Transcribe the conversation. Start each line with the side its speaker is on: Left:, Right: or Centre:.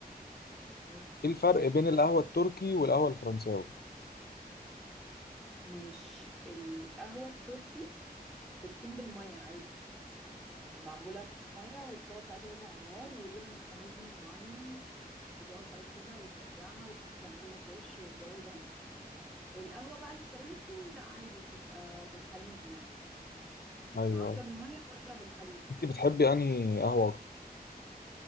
Centre: اسم
Left: إيه الفرق بين القهوة التركي والقهوة الفرنساوي؟
Centre: ماشي القهوة التركي بتكون بالمية عادي يعني معمولة في مية وبتقعد بقى تغلي على النار وليها ميكانيزم معين وتقعد بقى تشيلها وترجعها وتعمل لك وش والجو ده القهوة بقى الفرنسي لا عادي بتبقى بالحليب يعني
Left: أيوه أيوه.
Centre: واحدة بالمية واحدة بالحليب
Left: أنت بتحبي أنهي قهوة أكتر؟